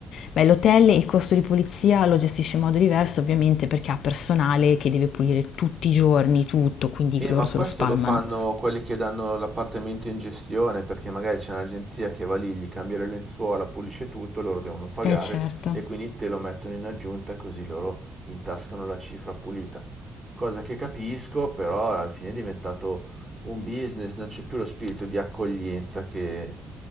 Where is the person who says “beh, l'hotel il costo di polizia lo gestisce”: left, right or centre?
Left